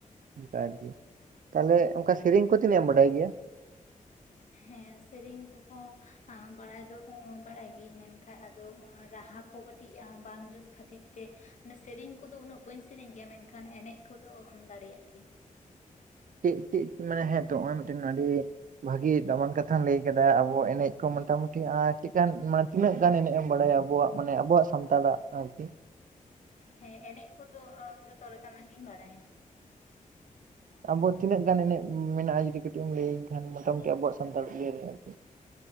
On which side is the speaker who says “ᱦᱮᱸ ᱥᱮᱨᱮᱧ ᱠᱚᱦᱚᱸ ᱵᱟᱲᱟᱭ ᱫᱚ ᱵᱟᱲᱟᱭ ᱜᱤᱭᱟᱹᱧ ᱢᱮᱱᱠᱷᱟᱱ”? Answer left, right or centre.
Left